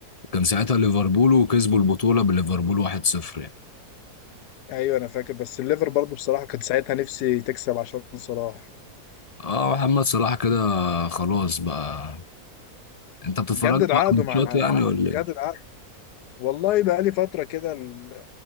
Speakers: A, on the left; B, on the left.
A: كان ساعتها ليفربول وكسبوا البطوله بليفربول 1-0 يعني
B: ايوه انا فاكر بس الليفر برضو بصراحه كانت ساعتها نفسي تكسب عشان صلاح
A: اه محمد صلاح كده خلاص بقى انت بتتفرج
B: جدد
A: بقى
B: عقده
A: على الماتشات
B: مع
A: يعني ولا
B: جدد
A: إيه؟
B: عقده والله بقى لي فتره كده ال-